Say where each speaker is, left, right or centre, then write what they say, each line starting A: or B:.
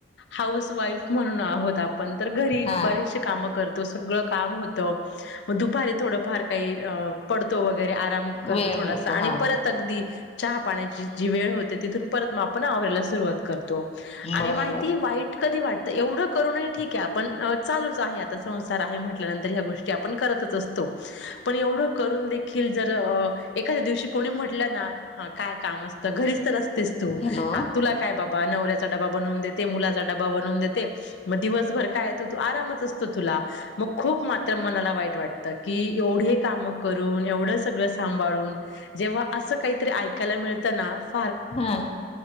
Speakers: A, on the left; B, on the left.
A: हाऊस वाईफ म्हणून आहोत आपण तर घरी
B: हा
A: बरेचसे कामं करतो त सगळं काम होत मग दुपारी थोडंफार काही अ पडतो वगैरे आराम करतो
B: वेळ
A: थोडासा
B: मिळतो
A: आणि
B: हा
A: परत अगदी चहा पाण्याची जी वेळ होते तिथून परत मग आपण आवरायला सुरुवात करतो आणि
B: बरोबर
A: माहिती वाईट कधी वाटत एवढं करू नये ठीक आहे आपण चालूच आहे आता संसार आहे म्हटल्यानंतर ह्या गोष्टी आपण करत असतो पण एवढं करून देखील जर एखाद्या दिवशी कोणी म्हटलं ना ह काय तर घरीच तर असतेस तू
B: हॅलो
A: हा तुला काय बाबा नवऱ्याचा डबा बनवून देत मुलाचा डबा बनून देते मग दिवसभर काय त आरामच असतो तुला मग खूप मात्र मनाला वाईट वाटत कि एवढे काम करून एवढं सगळं सांभाळून जेव्हा असं काहीतरी ऐकायला मिळत अतनाफ
B: हा